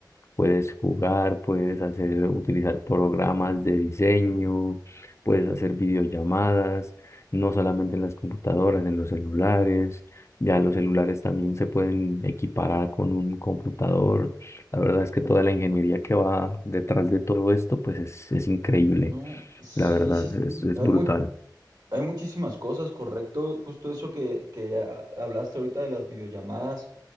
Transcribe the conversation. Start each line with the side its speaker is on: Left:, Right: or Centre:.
Left: Puedes jugar, puedes hacer, utilizar programas de diseño, puedes hacer videollamadas, no solamente en las computadoras, en los celulares. Ya los celulares también se pueden equiparar con un computador. La verdad es que toda la ingeniería que va detrás de todo esto, pues es, es increíble.
Right: No, sí,
Left: La verdad,
Right: sí, sí.
Left: es, es
Right: Hay
Left: brutal.
Right: mu- Hay muchísimas cosas, correcto. Justo eso que, que a- hablaste ahorita de las videollamadas.